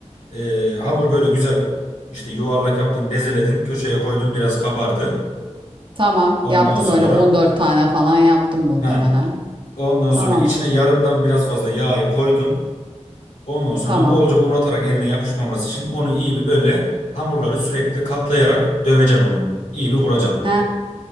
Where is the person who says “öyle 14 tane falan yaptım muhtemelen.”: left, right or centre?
Right